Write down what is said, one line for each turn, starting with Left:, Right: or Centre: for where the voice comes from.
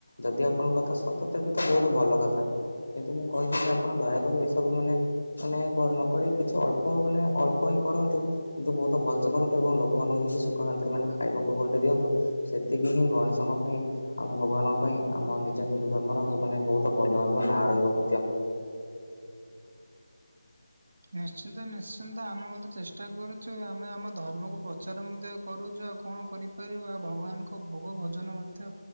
Left: ଯଦି ଆପଣଙ୍କ କଥା ସତ ତେବେ ତ ବହୁତ ଭଲ କଥା କିନ୍ତୁ ମୁଁ କହିବି କି ଆପଣ ଦୟାକରି ଏସବୁ ମାନେ ମାନେ ନକି କିଛି ଅଳ୍ପ ମାନେ ଅଳ୍ପ ହିଁ କରନ୍ତୁ କିନ୍ତୁ ବହୁତ ଭଲସେ କରନ୍ତୁ ଏବଂ ଲୋକ ପୋକାନଙ୍କୁ ଦୁ ସୁଖ ଶାନ୍ତିରେ ମାନେ ଖାଇବାକୁ ଗଣ୍ଡେଇ ଦିଅନ୍ତୁ ସେତିକି ହିଁ ଗଣେଶଙ୍କ ପାଇଁ ଆମ ଭଗବାନଙ୍କ ପାଇଁ ଆମ ନିଜ ହିନ୍ଦୁ ଧର୍ମର ମାନେ ବହୁତ ଭଲ ରହିବ ନାଁ ରହିବ ମଧ୍ୟ
Right: ନିଶ୍ଚିନ୍ତ ନିଶ୍ଚିନ୍ତ ଆମେ ମଧ୍ୟେ ଚେଷ୍ଟା କରୁଛୁ ଆମେ ଆମ ଧର୍ମକୁ ପ୍ରଚାର ମଧ୍ୟ କରୁଛୁ ଆଉ କଣ କରିପାରିବ ଆ ଭଗବାନଙ୍କ ଭୋଗ ଭଜନ ମଧ୍ୟ